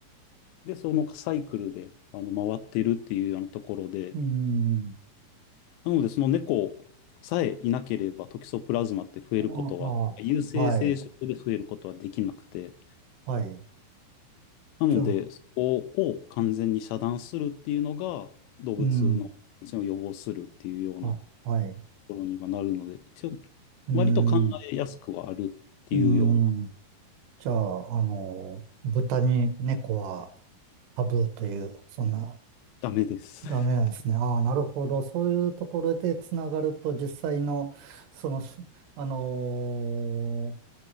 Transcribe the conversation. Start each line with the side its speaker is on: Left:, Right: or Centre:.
Left: で、そのサイクルで、あの、回ってるっていうようなところで、
Right: うん。
Left: なので、その猫さえいなければ、トキソプラズマって増えることは、
Right: ああ、
Left: 有性生殖で増えることはできなくて、
Right: はい、はい。
Left: なので、
Right: じゃあ、
Left: そこを完全に遮断するっていうのが、動物の感染を予防するっていうようなと
Right: うん、は、はい。
Left: ころにはなるので、一応、
Right: うん、
Left: 割と考えやすくはあるっていうような、
Right: うん。じゃあ、あの、豚に猫はタブーという、そんな、
Left: ダメです。
Right: ダメなんですね。
Left: <laughs>
Right: ああ、なるほど。そういうところでつながると、実際の、その、しあのー